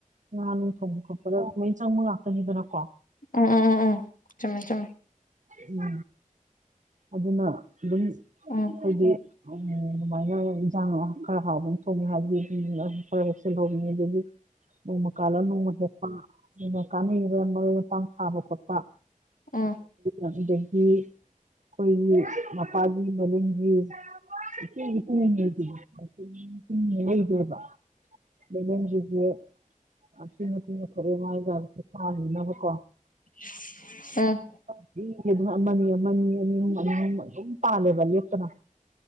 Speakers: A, on the right (about 65°); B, on the left (about 75°).
A: ꯉꯥ ꯅꯨ ꯊꯣꯡꯕ ꯈꯣꯠꯄꯗ ꯂꯣꯏ ꯆꯪꯕ ꯉꯥꯛꯇꯅꯤꯗꯅꯀꯣ
B: ꯎꯝ ꯎꯝ ꯎꯝ ꯎꯝ ꯆꯨꯝꯃꯦ ꯆꯨꯝꯃꯦ
A: ꯎꯝ ꯑꯗꯨꯅ ꯑꯗꯨꯝ
B: ꯎꯝ
A: ꯑꯩꯗꯤ ꯎꯝ ꯑꯗꯨꯃꯥꯏꯅ ꯏꯟꯖꯥꯡ ꯈꯔ ꯍꯥꯎꯕ ꯑꯃ ꯊꯣꯡꯉꯦ ꯍꯥꯏꯔꯗꯤ <unintelligible> ꯈꯔ ꯍꯦꯛꯁꯜꯍꯧꯔꯤ <unintelligible> ꯑꯗꯨꯒꯤ ꯅꯣꯡꯃ ꯀꯥꯜꯂ ꯅꯣꯡꯃ ꯍꯦꯛꯄ ꯌꯥꯝꯅ ꯀꯥꯟꯅꯩꯕ ꯃꯔꯣꯏ ꯃꯄꯥꯡ ꯊꯥꯕ ꯈꯣꯠꯄ
B: ꯎꯝ
A: ꯑꯗꯨꯗꯒꯤ ꯑꯩꯈꯣꯏꯒꯤ ꯃꯄꯥꯒꯤ ꯃꯅꯤꯡꯒꯤ <unintelligible> <unintelligible> ꯂꯩꯗꯦꯕ ꯕꯦꯂꯦꯟꯗ꯭ꯔꯤꯗꯤ ꯑꯆꯤꯡ ꯑꯆꯤꯡꯕ ꯊꫭꯛꯑꯦ ꯃꯥꯏꯗ ꯇꯥꯅꯤꯡꯅꯕꯀꫭ
B: <unintelligible>
A: <unintelligible> ꯑꯗꯨꯝ ꯑꯃꯅꯤ ꯑꯃꯅꯤ ꯑꯅꯤ ꯑꯍꯨꯝ ꯑꯅꯤ ꯑꯍꯨꯝ ꯑꯗꯨꯝ ꯄꯥꯜꯂꯦꯕ ꯂꯦꯞꯇꯅ